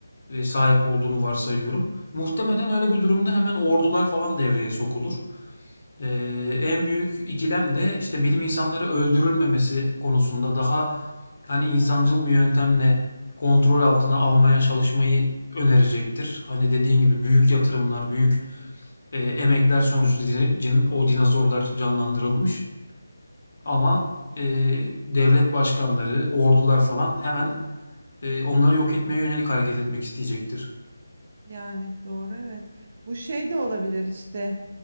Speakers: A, on the left; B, on the right.
A: e, sahip olduğunu varsayıyorum. Muhtemelen öyle bir durumda hemen ordular falan devreye sokulur. E, en büyük ikilem de işte bilim insanları öldürülmemesi konusunda daha hani insancıl bir yöntemle kontrol altına almaya çalışmayı önerecektir. Hani dediğin gibi büyük yatırımlar, büyük e, emekler sonucu di- o dinozorlar canlandırılmış. Ama e, devlet başkanları, ordular falan hemen e, onları yok etmeye yönelik hareket etmek isteyecektir.
B: Yani doğru evet. Bu şey de olabilir işte